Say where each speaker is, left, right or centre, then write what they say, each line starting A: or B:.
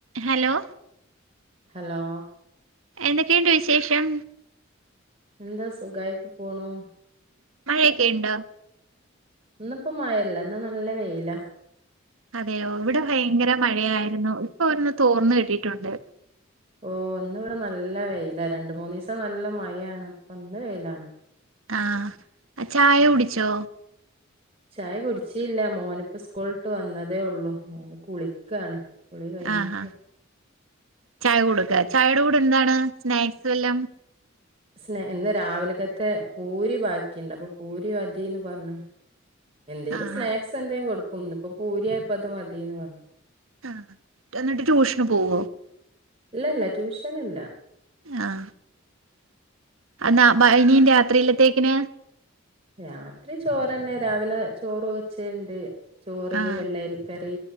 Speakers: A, on the right (about 80°); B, on the right (about 30°).
A: hello
B: hello
A: എന്തൊക്കെയുണ്ട് വിശേഷം
B: എന്താ സുഖായിട്ട് പോണു
A: മഴയൊക്കെ ഇണ്ടോ
B: ഇന്നിപ്പോ മഴല്ല ഇന്ന് നല്ല വെയിലാ
A: അതെയോ ഇവിടെ ഭയങ്കര മഴയായിരുന്നു ഇപ്പൊന്ന് തോർന്ന് കിട്ടിട്ടുണ്ട്
B: ഓ ഇന്ന് ഇവിടെ നല്ല വെയിലാ രണ്ടുമൂന്നു ദിവസം നല്ല മഴയാണ് ഇപ്പം ന്ന് വെയിലാണ്
A: ആഹ് ചായ കുടിച്ചോ
B: ചായ കുടിച്ചീല്ല മോനിപ്പോ സ്കൂള് വിട്ട് വന്നതേ ഒള്ളൂ ഓന് കുളിക്കാണ് കുളി കഴിഞ്ഞിട്ട്
A: ആഹ് ആഹ് ചായ കൊടുക്ക ചായയുടെ കൂടെ എന്താണ് സ്നാക്സ് വല്ലോം
B: സ്നെ ഇന്ന് രാവിലക്കത്തെ പൂരി ബാക്കിണ്ട് അപ്പൊ പൂരി മതീന്ന് പറഞ്ഞ് എന്തേലും
A: ആഹ്
B: സ്നാക്സ് എന്തെങ്കി കൊടുക്കും ഇന്നിപ്പോ പൂരിയായപ്പോ അത് മതിന്ന് പറഞ്ഞു
A: ആ എന്നിട്ട് ട്യൂഷന് പോവോ
B: ഇല്ല ഇല്ല ട്യൂഷൻ ഇല്ല
A: ആഹ് അന്നാ ഇനി രാത്രിയിലത്തേക്കിന്
B: രാത്രി ചോറന്നെ രാവിലെ ചോറ് വച്ചെ ഉണ്ട് ചോറ്
A: ആഹ്
B: വെള്ളരിക്കറി